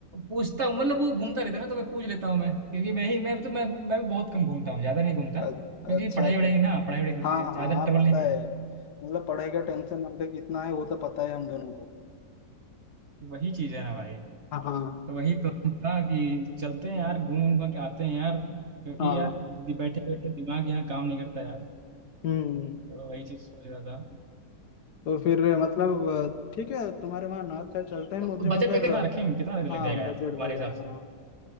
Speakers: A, on the right; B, on the left.
A: पूछता हूँ मतलब वो घूमता रहता है ना तो मैं पूछ लेता हूँ मैं क्योंकि मैं ही मैं तो मैं मैं भी बहुत कम घूमता हूँ ज्यादा नहीं घूमता
B: अ-
A: क्योंकि
B: अच्छा
A: पढ़ाई वढ़ाई
B: फिर
A: ना पढ़ाई वढ़ाई चलती
B: हाँ
A: है ज्यादा
B: हाँ
A: ट्रेवल
B: पता
A: नहीं करता
B: है मतलब पढ़ाई का टेंशन हम पे कितना है वो तो पता है हम दोनों को
A: तो वही चीज है ना भाई
B: हाँ
A: तो वही प्लान था कि चलते हैं यार घूम घूम के आते हैं यार क्योंकि
B: हाँ
A: यार बैठे बैठे दिमाग यहाँ काम नहीं करता यार
B: हम्म
A: तो वही चीज सोच रहा था
B: तो फिर मतलब अ, ठीक है तुम्हारे वहाँ नॉर्थ साइड चलते हैं
A: तो
B: मुझे
A: बजट
B: मगर
A: वगैरह कितना रखेंगे कितना लग
B: हाँ
A: जाएगा यार
B: बजट
A: हमारे
B: वगैरह
A: हिसाब से
B: हाँ